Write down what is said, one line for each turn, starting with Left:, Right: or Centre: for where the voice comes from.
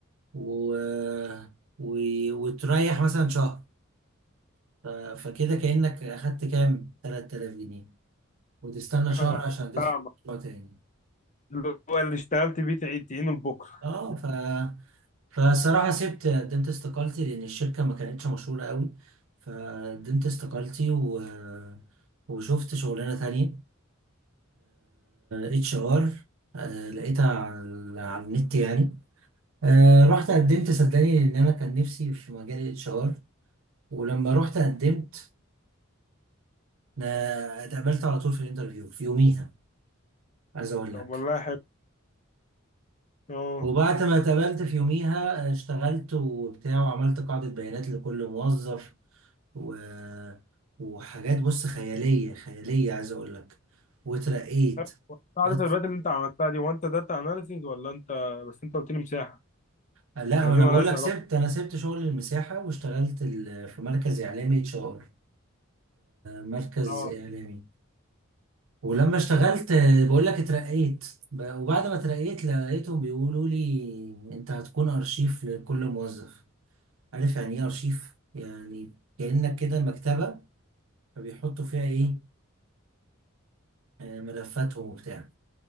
Right: و... و... وتريح مثلا شهر ف... فكده كأنك أخدت كام 3000 جنيه وتستنى
Left: <laughs>
Right: شهر عشان تدخل
Left: فاهمك
Right: مشروع تاني
Left: اللي هو اللي اشتغلت بيه تعيد تعينه لبكره
Right: اه
Left: <laughs>
Right: ف... فصراحة سبت قدمت استقالتي لأن الشركة ما كانتش مشهورة قوي فقدمت استقالتي و... وشفت شغلانة تانية اتش ار لقيتها على على النت يعني آه رحت قدمت صدقني لان انا كان نفسي في مجال الاتش ار ولما رحت قدمت آه، اتقابلت على طول في الانترفيو في يوميها عايز اقول
Left: طب
Right: لك
Left: والله حلو اه
Right: وبعد ما اتقابلت في يوميها آه، اشتغلت وبتاع وعملت قاعدة بيانات لكل موظف و... وحاجات بص خيالية خيالية عايز اقول لك وترقيت
Left: طب عارف
Right: بس
Left: البات اللي انت عملتها دي وانت داتا اناليسيز ولا انت بس انت قلت لي مساحه
Right: آه، لا
Left: انا
Right: ما
Left: دي
Right: انا
Left: مالهاش
Right: بقول لك
Left: علاقه
Right: سبت انا سبت شغل المساحة واشتغلت ال- في مركز اعلامي اتش ار مركز
Left: اه
Right: اعلامي ولما اشتغلت بقول لك اترقيت ب- وبعد ما اترقيت لقيتهم بيقولوا لي انت هتكون ارشيف لكل موظف عارف يعني ايه ارشيف يعني كأنك كده مكتبة فبيحطوا فيها ايه آه، ملفاتهم وبتاع